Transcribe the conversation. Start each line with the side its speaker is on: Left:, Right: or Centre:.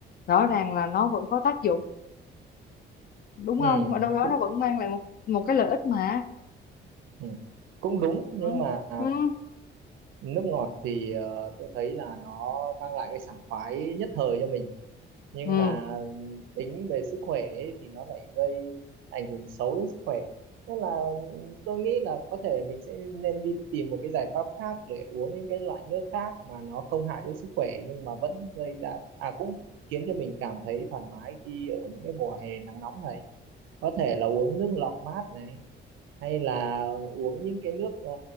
Left: rõ ràng là nó vẫn có tác dụng đúng
Right: ừ,
Left: không ở đâu đó
Right: cũng
Left: nó vẫn mang lại một một cái lợi ích mà
Right: ừ, cũng đúng nhưng
Left: ừ.
Right: mà
Left: Ừ.
Right: nước ngọt thì ờ, tôi thấy là nó mang lại cái sảng khoái nhất thời cho mình nhưng
Left: Ừ.
Right: mà ừm, tính về sức khỏe ấy, thì nó lại gây ảnh hưởng xấu đến sức khỏe nên là ừm, tôi nghĩ là có thể mình sẽ nên đi tìm một cái giải pháp khác để uống những cái loại nước khác mà nó không hại cho sức khỏe nhưng mà vẫn gây ra à cũng khiến cho mình cảm thấy thoải mái khi ở những cái mùa hè nắng nóng này có thể là uống nước lọc mát này hay là uống những cái nước ờ,